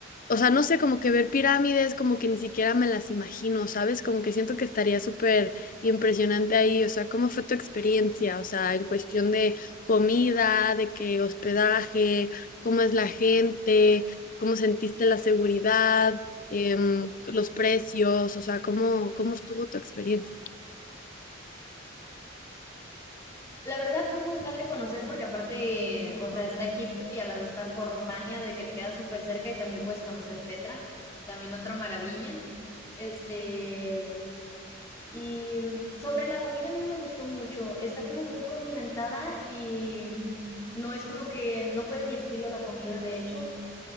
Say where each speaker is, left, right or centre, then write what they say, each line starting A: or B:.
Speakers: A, on the left; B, on the left.
A: o sea, no sé, como que ver pirámides, como que ni siquiera me las imagino, ¿sabes? Como que siento que estaría súper impresionante ahí, o sea, ¿cómo fue tu experiencia? O sea, en cuestión de comida, de qué hospedaje, cómo es la gente, cómo sentiste la seguridad, em, los precios, o sea, ¿cómo, cómo estuvo tu experiencia?
B: La verdad fue muy padre conocer porque aparte, o sea, está Egipto y al lado está Jordania, de que te queda súper cerca y también puedes conocer Petra, también otra maravilla. Este, y sobre la comida a mí no me gustó mucho, está como muy condimentada y no es como que no fue de mi estilo la comida, de hecho.